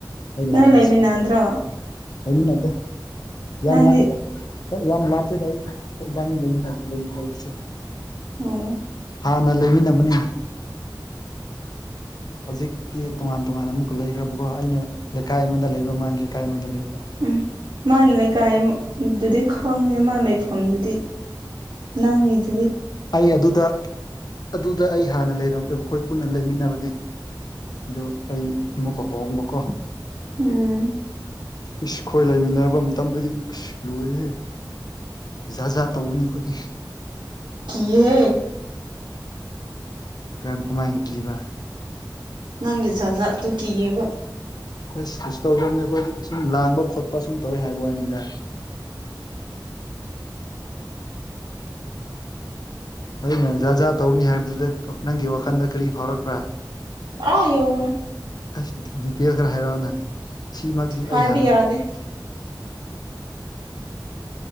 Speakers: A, on the left; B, on the right.
A: ꯑꯩ
B: ꯅꯣꯏ
A: ꯂꯥꯛꯄ
B: ꯂꯩꯃꯤꯟꯅꯗ꯭ꯔꯣ
A: ꯁꯪꯗꯕ ꯂꯩꯃꯤꯟꯅꯗꯦ ꯌꯥꯝ
B: ꯅꯪꯗꯤ
A: ꯅꯛꯏꯗ ꯍꯣꯢ ꯌꯥꯝ ꯂꯥꯞꯇꯦꯗ ꯑꯩꯈꯣꯢꯕꯅꯤ ꯂꯩꯃꯤꯟꯅ ꯂꯩ ꯂꯩ ꯂꯩꯕꯁꯦ
B: ꯑꯣ
A: ꯍꯥꯟꯅ ꯂꯩꯃꯤꯟꯅꯕꯅꯦ ꯍꯧꯖꯤꯛꯇꯤ ꯇꯣꯉꯥꯟ ꯇꯣꯉꯥꯟ ꯑꯃꯨꯛꯀ ꯂꯩꯈ꯭ꯔꯕꯀꯣ ꯑꯩꯅ ꯂꯩꯀꯥꯢ ꯑꯃꯗ ꯂꯩꯕ ꯃꯥꯅ ꯂꯩꯀꯥꯢ ꯑꯃꯗ ꯂꯩꯕ
B: ꯎꯝ ꯃꯥꯒꯤ ꯂꯩꯀꯥꯢ ꯃꯨꯛ ꯑꯗꯨꯗꯤ ꯈꯪꯉꯦ ꯃꯥ ꯂꯩꯐꯝꯗꯨꯗꯤ ꯅꯪꯒꯤꯗꯨꯒꯤ
A: ꯑꯩ ꯑꯗꯨꯗ ꯑꯗꯨꯗ ꯑꯩ ꯍꯥꯟꯅ ꯂꯩꯔꯝꯃꯦ ꯑꯩꯈꯣꯏ ꯄꯨꯟꯅ ꯂꯩꯃꯤꯟꯅꯕꯅꯦ ꯗꯨ ꯑꯩ ꯑꯃꯨꯛꯀ ꯍꯣꯡꯕꯀꯣ
B: ꯎꯝ
A: ꯏꯁ ꯈꯣꯏ ꯂꯩꯃꯤꯟꯅꯔꯥꯕ ꯃꯇꯝꯗꯨꯗꯤ ꯑꯁ ꯂꯣꯏꯔꯦꯍꯦ ꯖꯥꯠ ꯖꯥꯠ ꯇꯧꯕꯅꯤ ꯑꯩꯈꯣꯏꯗꯤ
B: ꯀꯤꯌꯦꯍꯦ
A: ꯀꯥꯔꯝ ꯀꯃꯥꯏ꯭ꯟ ꯀꯤꯕ
B: ꯅꯪꯒꯤ ꯖꯥꯠ ꯖꯥꯠ ꯇꯨ ꯀꯤꯌꯦꯕ
A: ꯑꯦꯁ ꯀꯩꯁꯨ ꯇꯧꯗꯕꯅꯦ ꯑꯈꯣꯏꯗꯤ ꯁꯨꯝ ꯂꯥꯡꯕ ꯈꯣꯠꯄ ꯁꯨꯝ ꯇꯧꯋꯦ ꯍꯥꯏꯕ ꯋꯥꯅꯤꯗ ꯍꯣꯢꯅꯦ ꯖꯥꯠ ꯖꯥꯠ ꯇꯧꯕꯅꯤ ꯍꯥꯏꯕꯗꯨꯗ ꯅꯪꯒꯤ ꯋꯥꯈꯟꯗ ꯀꯔꯤ ꯐꯥꯎꯔꯛꯄ꯭ꯔꯥ
B: ꯑꯥ ꯌꯧꯒ꯭ꯔꯦ
A: ꯑꯁ ꯗꯤꯒꯤꯇꯦꯜ ꯈꯔ ꯍꯥꯏꯔꯛꯑꯣꯅ ꯁꯤꯃꯛꯇꯤ
B: ꯍꯥꯏꯕ
A: ꯑꯩ ꯍꯥꯟꯅ
B: ꯌꯥꯗꯦ
A: <unintelligible>